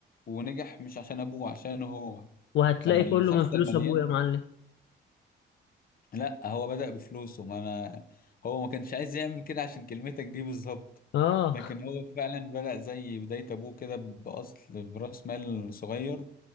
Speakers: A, on the left (about 45°); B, on the left (about 70°).
A: ونجح مش عشان ابوه عشانه هو
B: وهتلاقي
A: فالمسلسل
B: كله من فلوس
A: مليان
B: ابويا يا معلم
A: لا هو بدأ بفلوسه ما انا هو ما كانش عايز يعمل كده عشان كلمتك دي بالظبط
B: اه
A: لكن هو فعلا بدأ زي بداية ابوه كده بأصل برأس مال صغير